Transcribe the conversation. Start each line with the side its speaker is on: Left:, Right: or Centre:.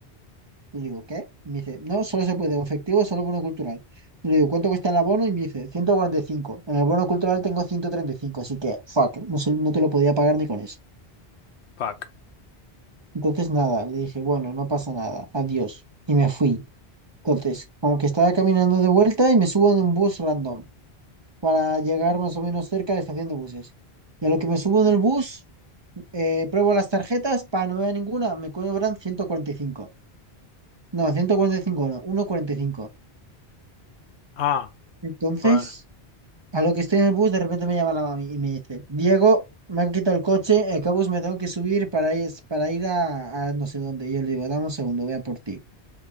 Right: Y digo, "¿Qué?" Y me dice, "No, solo se puede o efectivo, solo bono cultural." Y le digo, "¿Cuánto cuesta el abono?" Y me dice, ciento cuarenta y cinco En el bono cultural tengo ciento treinta y cinco así que fuck, no se- no te lo podía pagar ni con eso.
Left: Fuck.
Right: Entonces nada, le dije, "Bueno, no pasa nada. Adiós." Y me fui. Entonces, como que estaba caminando de vuelta y me subo en un bus random para llegar más o menos cerca de la estación de buses. Y a lo que me subo en el bus, eh, pruebo las tarjetas, para no ver ninguna, me cobran ciento cuarenta y cinco No, 145 no, ciento cuarenta y cinco
Left: Ah,
Right: Entonces,
Left: joder.
Right: a lo que estoy en el bus, de repente me llama la mami y me dice, Diego, me han quitado el coche, el bus me tengo que subir para ir, para ir a, a no sé dónde. Y yo le digo, dame un segundo, voy a por ti.